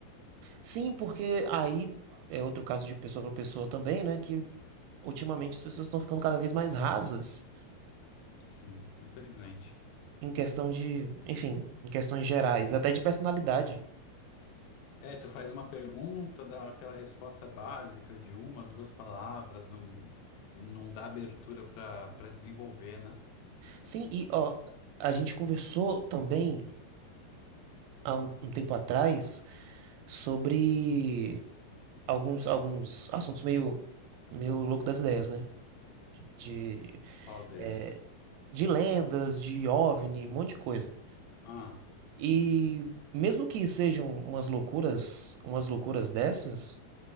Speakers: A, on the right; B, on the left.
A: Sim, porque aí é outro caso de pessoa para pessoa também, né? Que ultimamente as pessoas estão ficando cada vez mais rasas
B: Sim, infelizmente.
A: em questão de, enfim, em questões gerais,
B: Tu
A: até de personalidade.
B: É, tu faz uma pergunta, dá aquela resposta básica de uma, duas palavras, não, não dá abertura para para desenvolver, né?
A: Sim, e ó, a gente conversou também há um um tempo atrás sobre alguns, alguns assuntos meio, meio louco das ideias, né? De,
B: Qual deles?
A: é, de lendas, de OVNI, um monte de coisa.
B: Ah,
A: E mesmo que sejam umas loucuras, umas loucuras dessas,